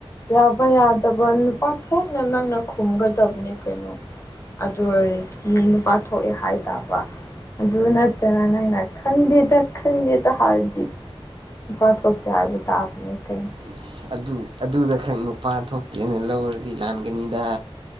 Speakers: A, on the left; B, on the right.
A: ꯌꯥꯕ ꯌꯥꯗꯕ ꯅꯨꯄꯥ ꯊꯣꯛꯅ ꯅꯪꯅ ꯈꯨꯝꯒꯗꯕꯅꯤ ꯀꯩꯅꯣ ꯑꯗꯨ ꯑꯣꯏꯔꯗꯤ ꯅꯨꯄꯥ ꯊꯣꯛꯑꯦ ꯍꯥꯏ ꯇꯕ ꯑꯗꯨ ꯅꯠꯇꯅ ꯅꯪꯅ ꯈꯪꯗꯦꯗ ꯈꯪꯗꯦꯗ ꯍꯥꯏꯔꯗꯤ ꯅꯨꯄꯥ ꯊꯣꯛꯇꯦ ꯍꯥꯏꯕ ꯇꯥꯕꯅꯤ ꯀꯩꯅꯣ
B: ꯎ ꯑꯗꯨ ꯑꯗꯨꯗ ꯈꯛ ꯅꯨꯄꯥ ꯊꯣꯛꯇꯦꯅ ꯂꯧꯔꯗꯤ ꯂꯥꯟꯒꯅꯤꯗ